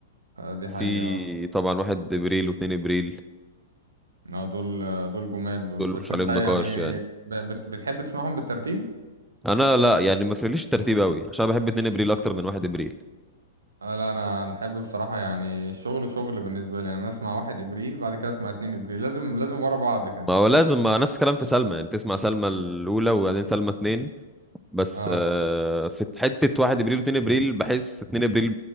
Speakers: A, on the right; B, in the centre.
A: آه دي
B: في
A: حقيقة
B: طبعا واحد ابريل واتنين ابريل
A: اه دول دول جمال دول
B: دول
A: بس
B: مش
A: انت
B: عليهم
A: يعني
B: نقاش يعني
A: ب- بت- بتحب تسمعهم بالترتيب
B: انا لا يعني ما فرقليش الترتيب قوي عشان بحب اتنين ابريل اكتر من واحد ابريل
A: آه لا انا انا احب بصراحه يعني الشغل شغل بالنسبه لي يعني انا اسمع واحد ابريل بعد كده اسمع اتنين ابريل لازم لازم ورا بعض كده
B: ما هو لازم ما نفس الكلام في سلمى يعني تسمع سلمى الاولى وبعدين سلمى اتنين بس
A: اه
B: آه في حتة واحد ابريل واتنين ابريل بحس اتنين ابريل